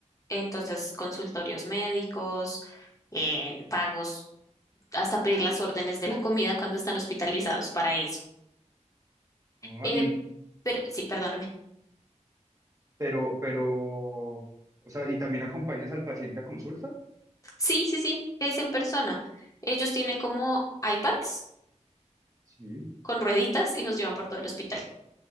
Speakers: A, on the left; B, on the right.
A: entonces consultorios médicos, en pagos. hasta pedir las órdenes de la comida cuando están hospitalizados para eso.
B: ¿no?
A: Eh,
B: Y,
A: pero sí, perdóname.
B: pero, pero, o sea, ¿y también acompañas al paciente a consulta?
A: Sí, sí, sí, es en persona. Ellos tienen como iPads
B: Sí.
A: con rueditas y nos llevan por todo el hospital.